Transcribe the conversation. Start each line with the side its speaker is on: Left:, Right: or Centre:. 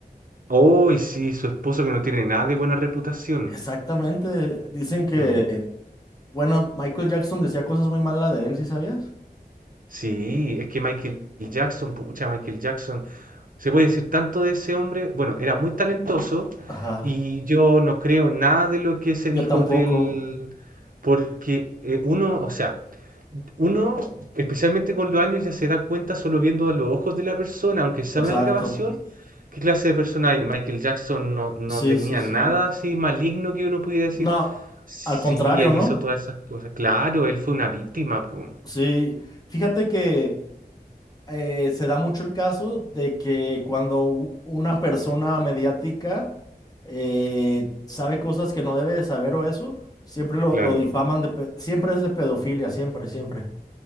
Right: oh, y sí, su esposo que no tiene nada de buena reputación.
Left: Exactamente. Dicen que,
Right: Mm.
Left: bueno, Michael Jackson decía cosas muy malas de él, ¿sí sabías?
Right: Sí, es que Michael Jackson, pucha, Michael Jackson, se puede decir tanto de ese hombre. Bueno, era muy talentoso
Left: Ajá.
Right: y yo no creo nada de lo que se
Left: Yo
Right: dijo
Left: tampoco.
Right: del, porque eh, uno, o sea, Uno, especialmente con los años, ya se da cuenta solo viendo a los ojos de la persona, aunque sea
Left: Exacto.
Right: una grabación, qué clase de persona hay. Michael Jackson no, no
Left: Sí,
Right: tenía
Left: sí, sí,
Right: nada
Left: sí.
Right: así maligno que uno pudiera decir,
Left: No,
Right: sí,
Left: al contrario,
Right: él
Left: ¿no?
Right: hizo todas esas cosas. Claro, él fue una víctima, po.
Left: Sí. Fíjate que eh, se da mucho el caso de que cuando u- una persona mediática eh, sabe cosas que no debe de saber o eso, siempre lo,
Right: Claro.
Left: lo difaman de, pe- siempre es de pedofilia, siempre, siempre.